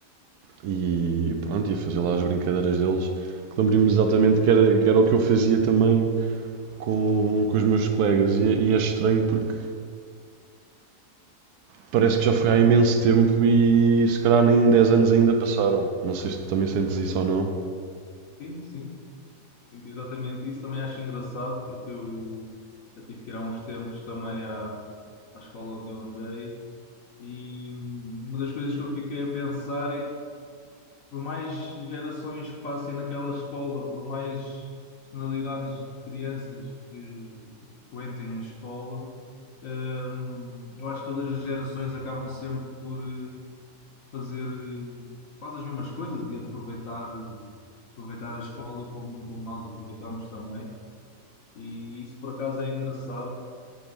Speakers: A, on the right; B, on the left.
A: e pronto, ia fazer lá as brincadeiras deles. Lembro-me exatamente que era, que era o que eu fazia também com, com os meus colegas e, é, e é estranho porque Parece que já foi há imenso tempo e se calhar nem 10 anos ainda passaram. Não sei se tu também sentes isso ou não.
B: Sim, sim, sinto exatamente isso. Também acho engraçado porque eu já tive que ir há uns tempos também à, à escola onde eu andei E uma das coisas que eu fiquei a pensar é que, por mais gerações que passem naquela escola, por mais personalidades de crianças que que frequentem a escola, hum, eu acho que todas as gerações acabam sempre por eh, fazer eh, quase as mesmas coisas e aproveitar, aproveitar a escola como, como nós aproveitamos também. E isso por acaso é engraçado,